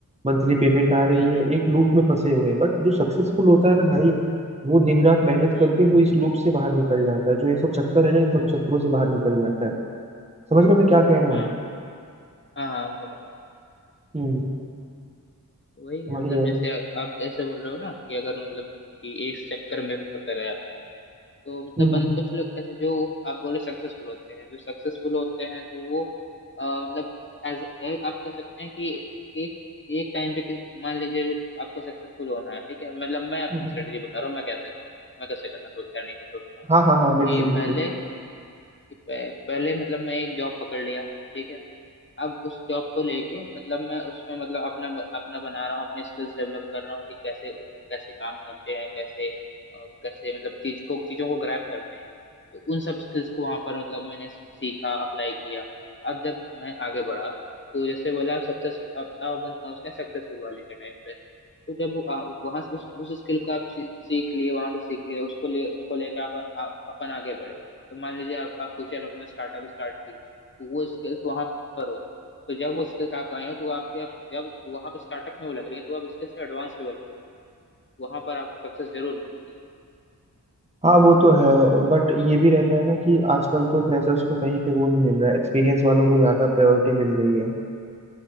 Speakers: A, on the right; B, on the left.
A: मंथली पेमेंट आ रही
B: हम्म
A: है
B: हम्म,
A: एक लूप में फंसे हुए हैं बट जो सक्सेसफुल होता है ना भाई वो दिन रात मेहनत
B: हम्म,
A: करके वो इस लूप से बाहर निकल जाता है जो ये सब चक्कर है ना इन सब चक्करों से बाहर निकल जाता है समझ रहे हो मैं क्या कह रहा हूँ
B: हाँ हाँ हाँ मैं समझ रहा हूँ
A: हम्म
B: तो वही
A: वही
B: है मतलब
A: है
B: जैसे आ- आप जैसे बोल रहे हो ना कि अगर मतलब कि एक चक्कर में फंसा रह जाता है तो मतलब
A: हम्म
B: बन कुछ लोग ऐसे जो आप बोले सक्सेसफुल होते हैं जो सक्सेसफुल होते हैं तो वो आ, मतलब एज आप कह सकते हैं कि एक एक टाइम पे कि- मान लीजिए आपको सक्सेसफुल होना है ठीक है मतलब मैं अपनी
A: हम्म।
B: स्ट्रेटेजी बता रहा हूँ मैं कैसे करता हूँ मैं कैसे करना सोच करने की सोचता हूँ
A: हाँ हाँ हाँ बिल्कुल
B: कि
A: बिल्कुल
B: पहले कि पह- पहले मतलब मैं एक जॉब पकड़ लिया ठीक है अब उस जॉब को लेके मतलब मैं उसमें मतलब अपना अपना बना रहा हूँ अपने स्किल्स डेवलप कर रहा हूँ कि कैसे कैसे काम करते हैं कैसे अ, कैसे मतलब चीज को चीजों को ग्रैब करते हैं तो उन सब स्किल्स को वहां पर मतलब मैंने सीखा अप्लाई किया अब जब मैं आगे बढ़ा तो जैसे बोला सक्सेस अब अब अपन पहुंचते हैं सक्सेसफुल वाले के टाइम पे तो जब वहां उस उस स्किल को आप सी- सीख लिए वहां से सीख लिए उसको लिए उसको लेके आप, आप अपन आगे बढ़े तो मान लीजिए आप, आप फ्यूचर में अपना स्टार्टअप स्टार्ट किए तो वो स्किल्स वहां पर हो तो जब वो स्किल्स आप आए हो तो वो आपके आप जब वहां पे स्टार्टअप में वो लग रही है तो आप स्किल्स एडवांस लेवल की हो वहां पर आपको सक्सेस जरूर मिलेगी
A: हाँ वो तो है बट ये भी रहता है ना कि आजकल तो फ्रेशर्स को कहीं पे वो नहीं मिल रहा है एक्सपीरियंस वालों को ज्यादा प्रायोरिटी मिल रही है